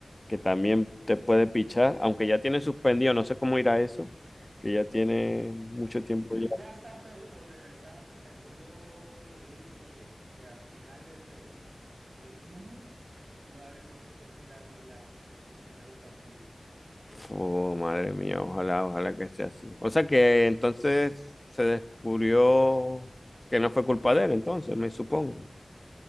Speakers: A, on the left; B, on the right.
A: que también te puede pichar, aunque ya tiene suspendido, no sé cómo irá eso, que ya tiene mucho tiempo
B: Y que ya está por, por regresar. Según yo leí que, que a finales de, de junio probablemente esté tirando ya sus primeros partidos.
A: Oh, madre mía, ojalá, ojalá que sea así. O sea que entonces se descubrió que no fue culpa de él, entonces, me supongo,